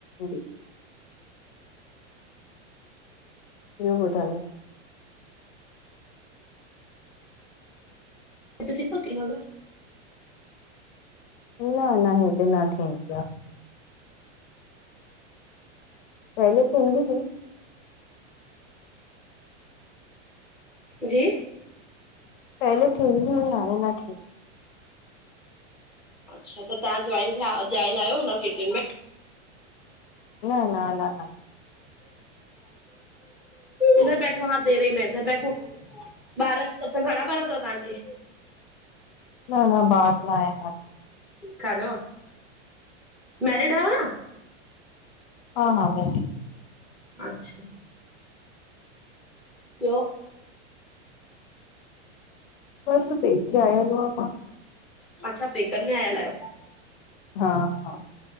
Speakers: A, on the left; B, in the centre.
A: जी ूं ॿुधायो।
B: <unintelligible>
A: न न हेते न थींदी आहे। पैले थींदी हुइ
B: जी
A: पहले थींदी हु हाणे न थी।
B: अच्छा त तव्हां जॉइन थिया जॉइन आहियो न किटन में
A: न न न न।
B: इधर बैठो हा दे रही में इधर बैठो। ॿार म घणा ॿार तव तव्हांखे।
A: न न बार न आया न
B: हलो मैरिड आहियो न??
A: हा, हा मेंहदी
B: अच्छा ॿियो
A: बस पेखे आयाल मां।
B: अच्छा पेकर में आयल आहियो।
A: हा हा